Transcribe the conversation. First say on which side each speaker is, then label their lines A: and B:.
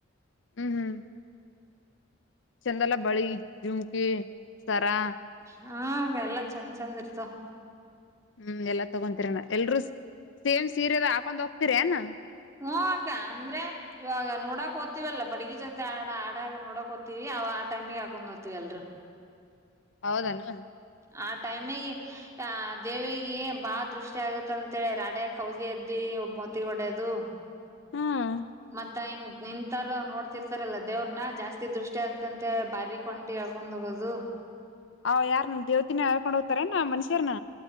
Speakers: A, on the left; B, on the right.
A: ಹ್ಮ್ ಹ್ಮ್ ಚಂದಲ್ಲ ಬಳಿ ಜುಮ್ಕಿ ಸರಾ
B: ಹಾ ಎಲ್ಲ ಚಂದ ಚಂದ ಇರ್ತವ
A: ಹ್ಮ್ ಎಲ್ಲಾ ತಗೊತೀರನ ಎಲ್ರೂ ಸೇಮ್ ಸೀರೆದ ಹಾಕೊಂಡ್ ಹೋಗ್ತಿರ ಅನ
B: ಹೋಕ ಅಂದ್ರೆ ಇವಾಗ ನೋಡಕ್ ್ತಿೀವಲ್ಲ ಬಡಗಿ ಜೊತೆ ಆಡ ಆಡಾಗ ನೋಡಕ್ ಹ್ತಿೀವಿ ಅವ ಟೈಮಿಗೆ ಹಾಕೊಂಡ್ೋ್ತೀವಿ ಎಲ್ರು
A: ಹೌದನಾ
B: ಆ ಟೈಮಿಗೆ ಆ ದೇವಿಗೆ ಬಾ ದೃಷ್ಟಿ ಆಗತ್ತ ಅಂತೇಳಿ ರಾಡ್ಯಾ ಹೌದಿ ಎದ್ದಿ ನೀ ಒಬ್ ಮತಿ ಒಡೆಯದು
A: ಹ್ಮ್
B: ಮತ್ತ ಹಿಂಗ್ ನಿಂತಾರ ನೋಡ್ತಿರ್ತಾರಲ್ಲ ದೇವ್ರನ ಜಾಸ್ತಿ ದೃಷ್ಟಿ ಆಗತ್ತಂತೆ ಬಾರಿ ಕೊಂಟಿ ಕೊಂಡೋಗದು
A: ಅವ್ ಯಾರ ದೇವತಿನ ಹಳ್ಕೊಂಡ್ ಹೋಗ್ತಾರ ನ ಮನುಷ್ಯರನ